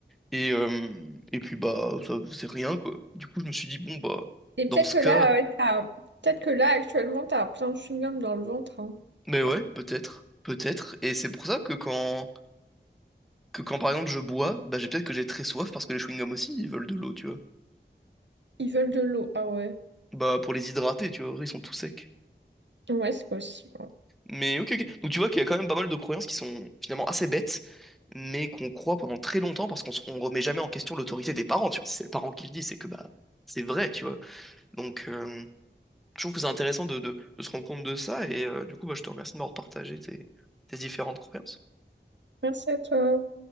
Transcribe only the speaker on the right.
Et
peut-être
que
là, euh, t'as- peut-être que là, actuellement, t'as plein de chewing-gum dans le ventre. hein.
Ils veulent de l'eau. Ah ouais.
Ouais, c'est possible. hein.
Merci à toi.